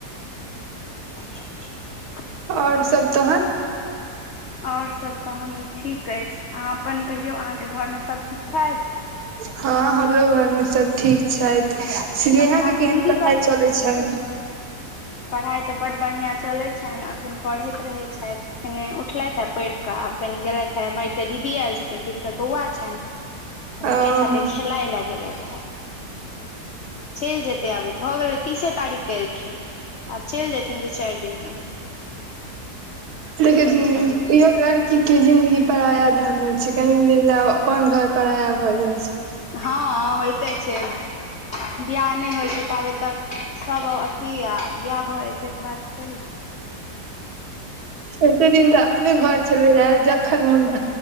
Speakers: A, on the left; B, on the right.
A: <unintelligible>
B: आओर सब तहन
A: आओर सब तहन ठीक अछि अहाँ अपन कहियौ अहाँके घरमे सभ ठीक छथि
B: हँ हमरो घरमे सब ठीक छैथ सिनेहा
A: अखन अहाँके
B: के केहन
A: दीदी
B: पड़ाइ चलै छै
A: पढ़ाई तऽ बड बढ़िया चलैत छनि अखन पढ़ैत रहे छथि एखने उठलथि आ पैढ़ क आब कनी गेलैथ हे हमर कटा दीदी आयल छथिन तिनकर बौआ छनि हुनके
B: ओ
A: साथे खेलाय ल गेलथि हन चलि जेतै आबू भऽ गेलै तीसे तारीखके एलखिन आब चलि जेथिन दू चारि दिनमे
B: देखि
A: तैँ अपन गेल
B: इहो लड़ की के जिन्दगी पराया धन होइ छै कनि द अपन घर पराया भऽ जाइ छै
A: हँ होयइते छै बियाह नहि होइ छै ताबे तक सब अथी आ बियाह भऽ जाइ छै ओहिके बाद थोड़ी
B: एते दिन तऽ अपने घर छलैय जखन मुंड